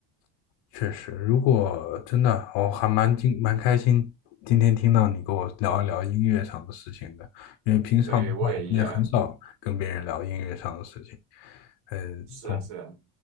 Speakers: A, on the left (about 70°); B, on the right (about 60°).
A: 确实，如果真的，
B: 嗯，
A: 我还蛮今蛮开心，今天听到你跟我聊一聊音乐上的事情的，因为平常的话，
B: 对我也一样，
A: 我也很少跟别人聊音乐上的事情。嗯，
B: 是啊是啊，
A: 懂，